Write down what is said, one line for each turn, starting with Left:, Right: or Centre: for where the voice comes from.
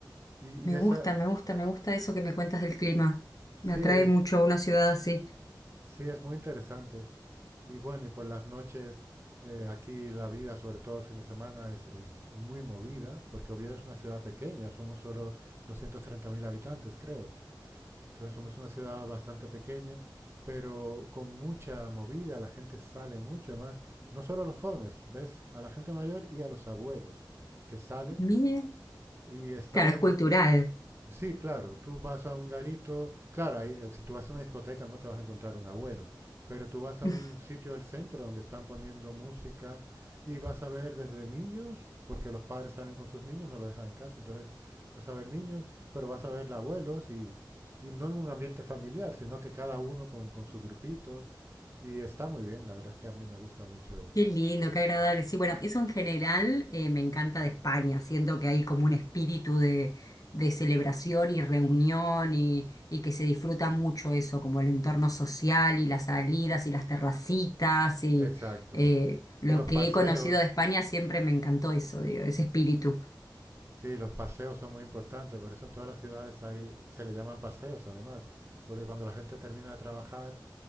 Right: Y,
Left: Me
Right: y esa
Left: gusta, me gusta, me gusta eso que me cuentas del clima.
Right: sí
Left: Me atrae
Right: es,
Left: mucho una ciudad así.
Right: sí es muy interesante. Y bueno, y por las noches, eh, aquí la vida, sobre todo el fin de semana, es, es muy movida, porque Oviedo es una ciudad pequeña, somos solo 230.000 habitantes, creo. Entonces somos una ciudad bastante pequeña, pero con mucha movida, la gente sale mucho, además, no solo a los jóvenes, ves a la gente mayor y a los abuelos que salen
Left: Mira,
Right: y está
Left: claro, es
Right: y
Left: cultural.
Right: Sí, claro, tú vas a un garito, claro, ahí, eh, si tú vas a una discoteca no te vas a encontrar un abuelo, pero tú vas a
Left: <laughs>
Right: un sitio del centro donde están poniendo música y vas a ver desde niños, porque los padres salen con sus niños, no los dejan en casa, entonces vas a ver niños, pero vas a ver abuelos y, y no en un ambiente familiar, sino que cada uno con, con su grupito y está muy bien, la verdad es que a mí me gusta mucho.
Left: Qué lindo, qué agradable. Sí, bueno, eso en general eh, me encanta de España. Siento que hay como un espíritu de, de celebración y reunión y, y que se disfruta mucho eso, como el entorno social y las salidas y las terracitas y
Right: Exacto.
Left: eh, lo
Right: Y los
Left: que
Right: paseos.
Left: he conocido de España siempre me encantó eso, digo, ese espíritu.
Right: Sí, los paseos son muy importantes, por eso en todas las ciudades hay, se le llaman paseos además, porque cuando la gente termina de trabajar,